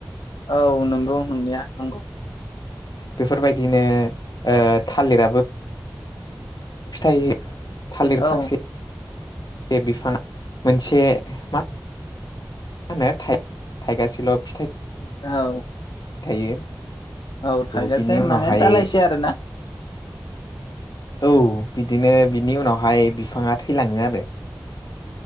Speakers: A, on the left; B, on the left.
A: औ नोंगौ नोंनिया नोंगौ
B: बे फोरबायदिनो ओ थालिराबो फिथाय हो थालिर
A: औ
B: फांसे बे बिफांङा मोनसे मा माहोनो थाइगासेल' फिथाइ
A: औ
B: थायो
A: औ खायगासे
B: बिनि उनावहाय
A: माने दालायसे आरोना
B: औ बिदिनो बिनि उनावहाय बिफांङा थैलांङो आरो